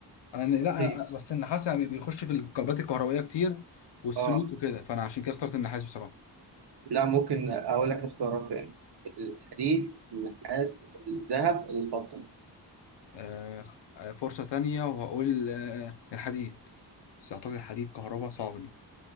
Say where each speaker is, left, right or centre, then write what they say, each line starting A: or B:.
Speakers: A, on the left; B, on the right.
A: انا لا
B: رخيص
A: انا بس النحاس يعني بيخش في الكربات الكهربائيه كتير والسلوك
B: اه
A: وكده فانا عشان كده اخترت النحاس بصراحه
B: لا ممكن اقول لك اختيارات تاني الحديد النحاس الذهب الفضه
A: آه فرصه تانية وهقول آه الحديد بس اعتقد الحديد كهرباء صعبه دي